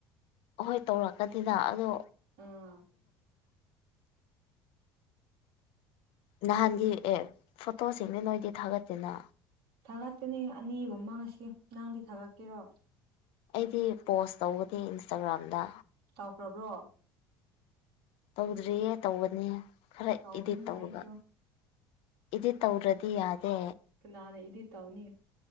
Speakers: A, on the left (about 50°); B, on the right (about 55°).
A: ꯍꯣꯏ ꯇꯧꯔꯛꯀꯗꯤꯗ ꯑꯗꯣ
B: ꯎꯝ
A: ꯅꯍꯥꯟꯒꯤ ꯑꯦ ꯐꯣꯇꯣꯁꯤꯡꯗꯤ ꯅꯣꯏꯗꯤ ꯊꯥꯒꯠꯇꯦꯅ
B: ꯊꯥꯒꯠꯄꯅꯦ ꯑꯅꯤꯒꯨꯝꯕꯉꯁꯤ ꯅꯪꯗꯤ ꯊꯥꯒꯠꯀꯦꯔꯣ
A: ꯑꯩꯗꯤ ꯄꯣꯁ ꯇꯧꯕꯗꯤ ꯏꯟꯁꯇꯥꯒ꯭ꯔꯥꯝꯗ
B: ꯇꯥꯎꯈ꯭ꯔꯥꯕ꯭ꯔꯣ
A: ꯇꯧꯗ꯭ꯔꯤꯌꯦ ꯇꯧꯒꯅꯤꯌꯦ ꯈꯔ
B: ꯇꯧꯒꯅꯤ
A: ꯏꯗꯤꯠ ꯇꯧꯔꯒ
B: ꯑꯩꯁꯨ
A: ꯏꯗꯤꯠ ꯇꯧꯗ꯭ꯔꯗꯤ ꯌꯥꯗꯦ
B: ꯀꯅꯥꯅ ꯏꯗꯤꯠ ꯇꯧꯅꯤ